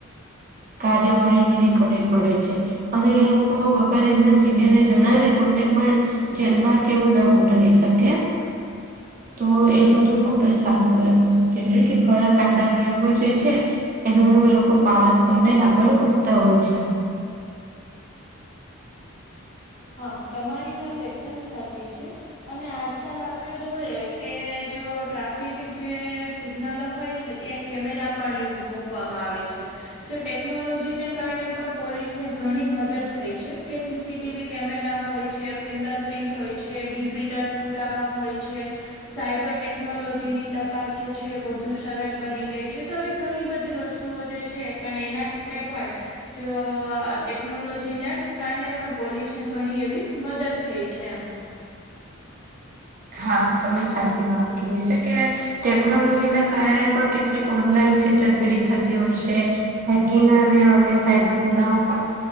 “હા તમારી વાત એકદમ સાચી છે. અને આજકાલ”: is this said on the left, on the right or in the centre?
Left